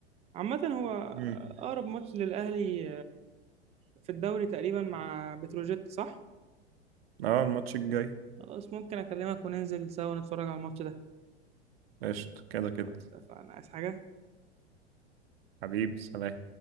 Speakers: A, on the right (about 20°); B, on the right (about 60°).
A: عامة هو
B: مم.
A: أقرب ماتش للأهلي في الدوري تقريبا مع بتروجيت صح؟
B: اه الماتش الجاي
A: خلاص ممكن أكلمك وننزل سوا نتفرج على الماتش ده
B: قشطة كده كده
A: خلاص اتفقنا عايز حاجة؟
B: حبيب سلام